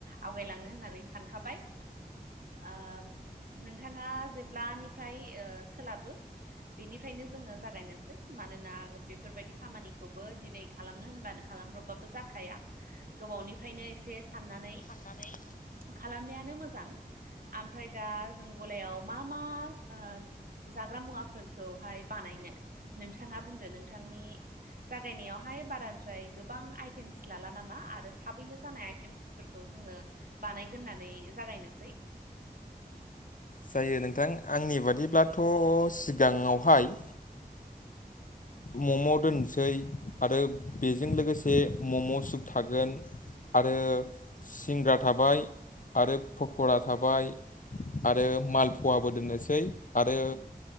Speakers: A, on the right; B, on the left.
A: आवगायलांनो होननानै सानखाबाय ओ नोंथांआ जेब्लानिफ्राय ओ सोलाबो बेनिफ्रायनो जोङो जागायनोसै मानोना बेफोरबादि खामानिखौबो दिनै खालामनो होनबानो खालामब्र'बबाबो जाखाया गोबावनिफ्रायनो एसे साननानै
B: साननानै
A: खालामनायानो मोजां आमफ्राय दा जों ग'लायाव मा मा ओ जाग्रा मुवाफोरखौहाय बानायनो नोंथांआ बुंदो नोंथांनि जागायनायाव बाहाय बाराद्राय गोबां आइटेमस लाला नामा आरो थाबैनो जानाय आइटेमसफोरखौ जोङो बानायगोरनानै जागायनोसै
B: जायो नोंथां आंनि बादिब्लाथ' सिगांआवहाय मम' दोनसै आरो बेजों लोगोसे मम' सुप थागोन। आरो सिंग्रा थाबाय। आरो पकरा थाबाय आरो माल फवाबो दोननोसै। आरो
A: उम